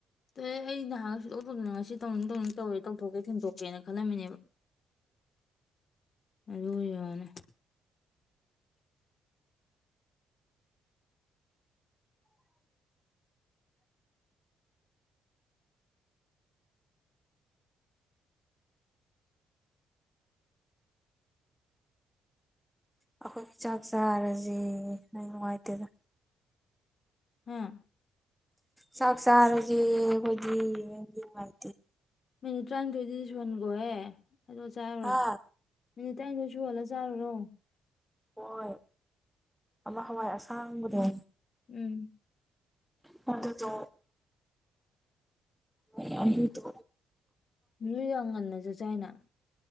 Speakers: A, on the left; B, in the centre.
A: ꯑꯦ ꯑꯩ ꯅꯍꯥꯟ ꯑꯣꯏꯕꯗꯨꯅ ꯉꯁꯤ ꯇꯧꯅꯤꯡ ꯇꯧꯅꯤꯡ ꯇꯧꯔꯦ ꯇꯧꯊꯣꯛꯀꯦ ꯊꯦꯡꯗꯣꯛꯀꯦꯅ ꯈꯜꯂꯝꯃꯤꯅꯦꯕ ꯑꯗꯨ ꯑꯣꯏꯅꯦ
B: ꯑꯩꯈꯣꯏꯒꯤ ꯆꯥꯛ ꯆꯥꯔꯁꯤ ꯅꯪ ꯅꯨꯡꯉꯥꯏꯇꯦꯗ
A: ꯍꯥꯝ
B: ꯁꯥꯆꯔꯖꯤ ꯍꯧꯣꯏ ꯃꯥꯤ
A: ꯃꯤꯅꯤ ꯇꯔꯥꯅꯤꯊꯣꯏꯗꯤꯗꯤꯁꯨ ꯐꯟꯒꯣꯋꯦ ꯑꯗꯣ ꯆꯥꯕꯔꯣ
B: ꯍꯥ
A: ꯃꯤꯅꯤꯠ ꯇꯔꯥꯅꯤꯗꯣꯏ ꯁꯨꯍꯜꯂ ꯆꯥꯔꯨꯔꯣ
B: ꯍꯣꯏ ꯑꯃ ꯍꯋꯥꯏ ꯑꯁꯥꯡꯕꯨꯗ
A: ꯎꯝ
B: ꯃꯗꯣ ꯑ ꯇ
A: ꯃꯤꯑꯣ ꯑꯒꯟꯅꯁꯨ ꯆꯥꯏꯅ